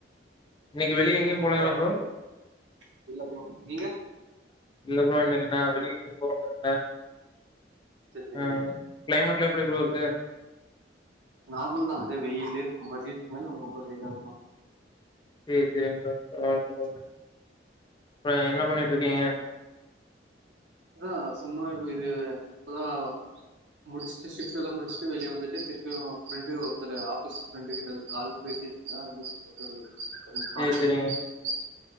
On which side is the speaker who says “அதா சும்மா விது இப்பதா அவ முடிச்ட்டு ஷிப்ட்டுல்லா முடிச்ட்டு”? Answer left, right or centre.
Right